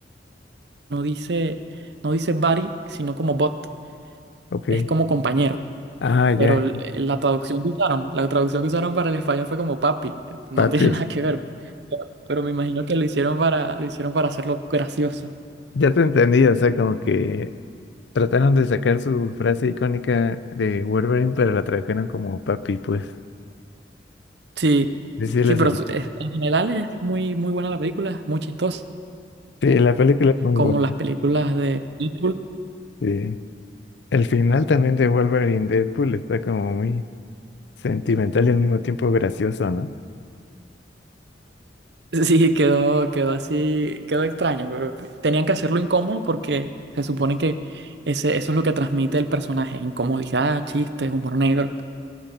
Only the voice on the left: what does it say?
Ok.
Ah, ya.
pa-
<clears throat>
Ya te entendí, o sea, como que trataron de sacar su frase icónica de Wolverine, pero la trajeron como papi, pues.
Sí, sí, le
salió.
Sí, la película es muy
buena.
Sí. El final también de Wolverine Deadpool está como muy sentimental y al mismo tiempo gracioso, ¿no?